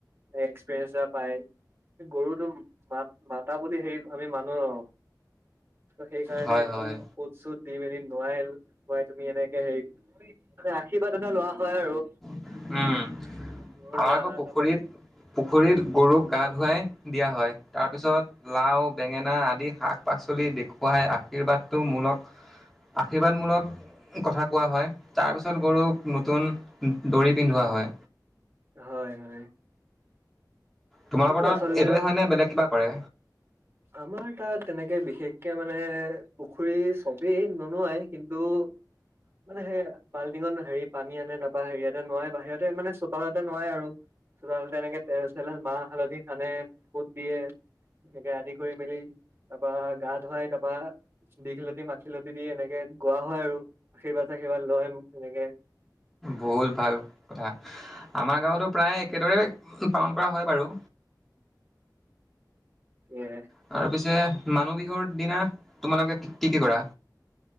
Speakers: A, on the right; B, in the centre.
A: এক্সপিৰিয়েঞ্চ এটা পাই গৰু তুম মাত মাতা বুলি হেৰি আমি মানুহ ত সেইকাৰণে
B: হয়
A: একদম
B: হয়
A: কোত চোত দি মেলি লয় আৰু কাই তুমি এনেকে হেৰি মানে আশীৰ্বাদ এনে লোৱা হয় আৰু
B: উম।
A: গৰু
B: আমাৰ
A: নোৱাৰা
B: আকৌ পুখুৰীত
A: তাৰপা
B: পুখুৰীত গৰুক গা ধুৱাই দিয়া হয় তাৰ পিছত লাও বেঙেনা আদি শাক-পাচলি দেখুৱাই আশীৰ্বাদটো মূলক আশীৰ্বাদমূলক কথা কোৱা হয় তাৰপিছত গৰুক নতুন দৰি পিন্ধোৱা হয়
A: হয় হয়
B: তোমালোকৰ
A: এইটো
B: তাত
A: আচলতে
B: এইটোয়ে হয় নে বেলেগ কিবা কৰে?
A: আমাৰ তাত তেনেকে বিশেষকে মানে মানে পুখুৰী চ এই নুনোৱাই কিন্তু মানে সেই বাল্টিঙত হেৰি পানী আনে তাৰপা হেৰিয়াতে নোৱাই বাহিৰতে মানে চোতালতে নোৱাই আৰু চোতালতে এনেকে তেল চলে মাহ- হালধি ানে ফুত <unintelligible> দিয়ে ে <unintelligible> ধুই মেলি তাৰ পৰা গা ধুৱাই, তাৰ পৰাা দীঘলতি মাখিয়তি দি এনেকে গোৱা হয় আৰু আশীৰ্বাদ চশীৰ্বাদ লয় এনেকে
B: বহুত ভাল কথা আমাৰ গাঁৱতো প্ৰায় একেদৰে পালন কৰা হয় বাৰু
A: এ
B: তাৰ পিছে মানুহ বিহুৰ দিনা তোমালোকে কি কি কৰা